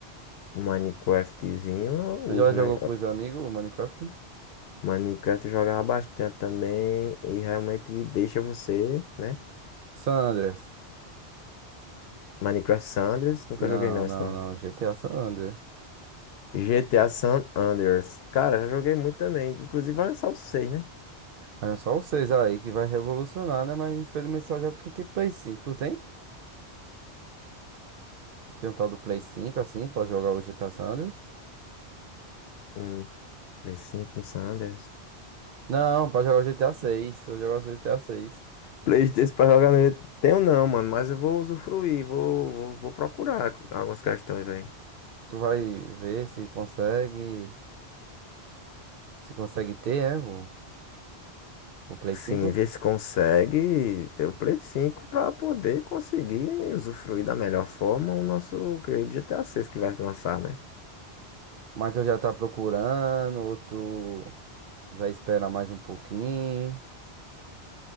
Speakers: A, on the left (about 70°); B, on the right (about 60°).
A: Um Minecraftzinho, eu uso,
B: Tu já jogou
A: né?
B: com os amigos o Minecraft?
A: Minecraft eu jogava bastante também e realmente deixa você, né?
B: San Andreas.
A: Minecraft Sanders, nunca
B: Não,
A: joguei não,
B: não,
A: então.
B: não, GTA San Andreas.
A: GTA San Andreas. Cara, já joguei muito também. Inclusive vai lançar o 6, né?
B: Olha só vocês aí que vai revolucionar, né? Mas infelizmente só joga quem tem Play 5. Tu tem? Tem um tal do Play 5 assim pra jogar o GTA San Andreas?
A: Um Play cinco no San Andreas.
B: Não, pra jogar o GTA seis. Eu jogar o GTA seis.
A: Playstation pra jogar no GTA. Tenho não, mano, mas eu vou usufruir, vou, vou, vou procurar algumas questões aí.
B: Tu vai ver se consegue, se consegue ter, é, o, o Play
A: Sim,
B: 5.
A: ver se consegue ter o Play 5 pra poder conseguir usufruir da melhor forma o nosso querido GTA seis que vai lançar, né?
B: Mas tu já tá procurando, ou tu vai esperar mais um pouquinho.